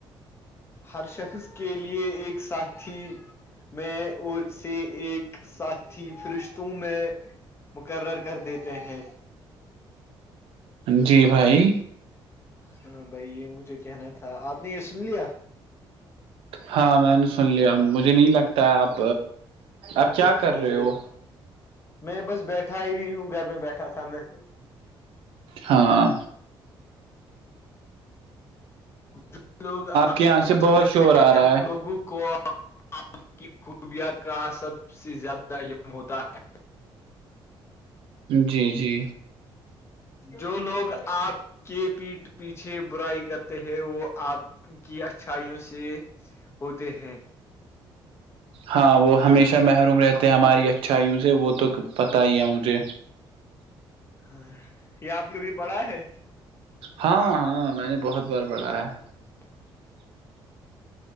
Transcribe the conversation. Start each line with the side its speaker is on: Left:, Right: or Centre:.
Left: ہر شخص کے لیے ایک ساتھی میں اور سے ایک ساتھی فرشتوں میں مقرر کر دیتے ہیں
Right: جی بھائی
Left: ہاں بھائی یہ مجھے کہنا تھا آپ نے یہ سن لیا
Right: ہاں میں نے سن لیا مجھے نہیں لگتا آپ آپ کیا
Left: پھر
Right: کر
Left: ٹھیک
Right: رہے
Left: ہے
Right: ہو
Left: میں بس بیٹھا ہی ہوں گھر میں بیٹھا تھا میں
Right: ہاں
Left: جو لوگ آپ
Right: کے
Left: سے
Right: یہاں
Left: کر
Right: بہت شور
Left: رہے
Right: آ
Left: ہیں
Right: رہا
Left: ان لوگوں کو آپ کی خوبیا کا سب سے زیادہ علم ہوتا ہے
Right: جی جی
Left: جو لوگ آپ کے پیٹ پیچھے برائی کرتے ہیں وہ آپ کی اچھائیوں سے ہوتے ہیں
Right: ہاں وہ ہمیشہ محروم رہتے ہیں ہماری اچھا وں سے وہ تو پت ہی ہے مجھے
Left: ہاں یہ آپ نے کبھی پڑا ہے
Right: ہاں ہاں میں نے بہت بار پڑھایا ہے
Left: <inaudible>